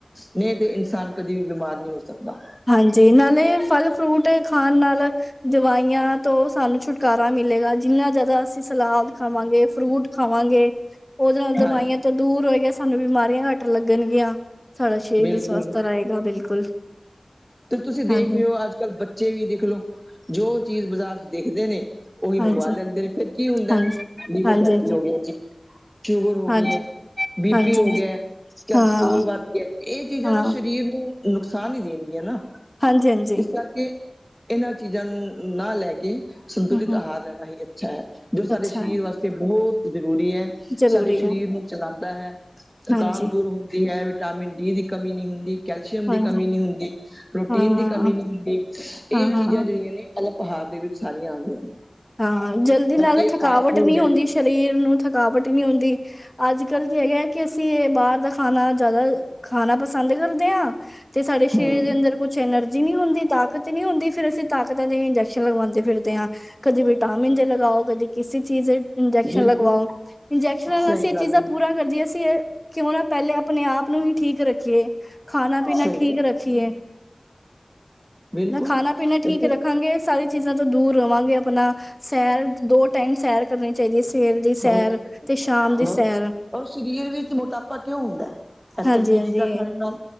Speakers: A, in the centre; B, on the left.
A: ਨਹੀ ਤੇ ਇਨਸਾਨ ਕਦੇ ਵੀ ਬਿਮਾਰ ਨਹੀ ਹੋ ਸਕਦਾ
B: ਹਾਂਜੀ ਨਾਲੇ ਫਲ ਫਰੂਟ ਖਾਣ ਨਾਲ ਦਵਾਈਆਂ ਤੋਂ ਸਾਨੂੰ ਛੁਟਕਾਰਾ ਮਿਲੇਗਾ ਜਿਨਾ ਜ਼ਿਆਦਾ ਅਸੀ ਸਲਾਦ ਖਾਵਾਗੇ ਫਰੂਟ ਖਾਵਾਂਗੇ ਉਹਦੇ ਨਾਲ
A: ਹਾਂਜੀ
B: ਦਵਾਈਆਂ ਤੋਂ ਦੂਰ ਹੋ ਗਿਆ ਸਾਨੂੰ ਬਿਮਾਰੀਆਂ ਘੱਟ ਲੱਗਣਗੀਆਂ ਸਾਡਾ ਸਰੀਰ
A: ਬਿਲਕੁਲ
B: ਵੀ ਸਵਸਥ ਰਹੇਗਾ ਬਿਲਕੁਲ
A: ਤੇ ਤੁਸੀ ਦੇਖ
B: ਹਾਂਜੀ
A: ਰਹੇ ਹੋ ਅਜ ਕਲ ਬੱਚੇ ਵੀ ਦੇਖ ਲਓ ਜੋ ਚੀਜ ਬਾਜ਼ਾਰ 'ਚ ਦੇਖਦੇ ਨੇ ਉਹੀ ਮੰਗਵਾ
B: ਹਾਂਜੀ
A: ਲੈਦੇ ਨੇ ਫਿਰ ਕੀ ਹੁੰਦਾ
B: ਹਾਂਜੀ
A: ਲੀਵਰ
B: ਹਾਂਜੀ
A: ਫੈਟੀ ਹੋ ਗਿਆ ਜੀ। ਸ਼ੂਗਰ ਹੋ
B: ਹਾਂਜੀ
A: ਗਈ ਐ ਬੀ
B: ਹਾਂਜੀ
A: ਪੀ ਹੋ
B: ਹਾਂਜੀ
A: ਗਿਆ ਕੈਲਸਟੋਲ
B: ਹਾਂ
A: ਵਧ ਗਿਆ ਇਹ ਚੀਜਾ
B: ਹਾਂ
A: ਦਾ ਸਰੀਰ ਸਰੀਰ ਨੂੰ ਨੁਕਸਾਨ ਹੀ ਦੇਣਗੀਆਂ ਨਾ
B: ਹਾਂਜੀ- ਹਾਂਜੀ-
A: ਇਸ ਕਰਕੇ ਇਹਨਾਂ ਚੀਜ਼ਾਂ ਨੂੰ ਨਾ ਲੈ ਕੇ ਸੰਤੁਲਿਤ
B: ਹਮ ਹਮ
A: ਆਹਾਰ ਲੈਣਾ ਹੀ ਅਛਾ ਹੈ। ਜੋ ਸਾਡੇ
B: ਅੱਛਾ
A: ਸਰੀਰ
B: ਹੈ
A: ਵਾਸਤੇ ਬਹੁਤ ਜ਼ਰੂਰੀ ਹੈ।
B: ਜ਼ਰੂਰੀ
A: ਸਾਡੇ ਸਰੀਰ
B: ਹੈ
A: ਨੂੰ ਚਲਾਉਦਾ ਹੈ। ਥਕਾਨ
B: ਹਾਂਜੀ
A: ਦੂਰ ਹੁਦੀ ਹੈ। ਵਿਟਾਮਿਨ ਡੀ ਦੀ ਕਮੀ ਨਹੀ ਹੁਦੀ। ਕੈਲਸ਼ੀਅਮ
B: ਹਾਂਜੀ
A: ਦੀ ਕਮੀ ਨਹੀ ਹੁੰਦੀ ਪ੍ਰੋਟੀਨ
B: ਹਾਂ ਹਾਂ
A: ਦੀ ਕਮੀ ਨਹੀ ਹੁੰਦੀ ਇਹ
B: ਹਾਂ
A: ਚੀਜਾ
B: ਹਾਂ
A: ਜਿਹੜੀਆਂ ਨੇ ਅਲੱ ਆਹਾਰ ਦੇ ਵਿਚ ਸਾਰੀਆਂ ਆਉਦੀਆਂ ਨੇ
B: ਹਾਂ ਜਲਦੀ ਨਾਲ
A: ਬਾਕੀ ਇਹ
B: ਥਕਾਵਟ
A: ਫਾਸਟ ਫੂਡ
B: ਨਹੀ
A: ਹੈ
B: ਹੁੰਦੀ ਸਰੀਰ ਨੂੰ ਥਕਾਵਟ ਨਹੀ ਹੁੰਦੀ ਅਜ ਕਲ ਕੀ ਹੈਗਾ। ਕਿ ਅਸੀ ਇਹ ਬਾਹਰ ਦਾ ਖਾਣਾ ਜ਼ਿਆਦਾ ਖਾਣਾ ਪਸੰਦ ਕਰਦੇ ਹਾਂ ਤੇ ਸਾਡੇ ਸਰੀਰ
A: ਹਮ
B: ਦੇ ਅੰਦਰ ਕੁਛ ਐਨਰਜੀ ਨਹੀ ਹੁੰਦੀ ਤਾਕਤ ਨੀ ਹੁੰਦੀ ਫੇਰ ਅਸੀ ਤਾਕਤਾਂ ਦੇ ਇੰਜੈਕਸ਼ਨ ਲਗਵਾਉਦੇ ਫਿਰਦੇ ਆਂ ਕਦੇ ਵਿਟਾਮਿਨ ਦੇ ਲਗਾਓ ਕਦੇ ਕਿਸੇ ਚੀਜ਼ ਇੰਜੈਕਸ਼ਨ
A: ਬਿਲਕੁਲ
B: ਲਗਵਾਓ ਇੰਜੈਕਸ਼ਨਾਂ ਨਾਲ
A: ਸਹੀ
B: ਅਸੀ ਇਹ ਚੀਜਾ
A: ਗੱਲ ਹੈ
B: ਪੂਰਾ ਕਰਦੀਏ ਅਸੀ ਇਹ ਕਿ ਉਹ ਨਾ ਪਹਿਲੇ ਆਪਣੇ ਆਪ ਨੂੰ ਵੀ ਠੀਕ ਰਖੀਏ ਖਾਣਾ ਪੀਣਾ
A: ਸਹੀ
B: ਠੀਕ
A: ਗੱਲ
B: ਰਖੀਏ
A: ਬਿਲਕੁਲ
B: ਨਾ ਖਾਣਾ ਪੀਣਾ ਠੀਕ
A: ਇਥੇ
B: ਰਖਾਗੇ ਸਾਰੀ ਚੀਜਾ ਤੋ ਦੂਰ ਰਵਾਂਗੇ ਆਪਣਾ ਸੈਰ ਦੋ ਟਾਈਮ ਸੈਰ ਕਰਨੀ ਚਾਹੀਦੀ ਐ। ਸਵੇਰ ਦੀ
A: ਬਹੁਤ
B: ਸੈਰ ਤੇ ਸ਼ਾਮ ਦੀ
A: ਬਸ
B: ਸੈਰ
A: ਔਰ ਸਰੀਰ ਵਿੱਚ ਮੋਟਾਪਾ ਕਿਉਂ ਹੁੰਦਾ ਹੈ ਇਹ
B: ਹਾਂਜੀ-
A: ਤਲੀਆਂ
B: ਹਾਂਜੀ
A: ਚੀਜ਼ਾਂ ਖਾਣੇ ਨਾਲ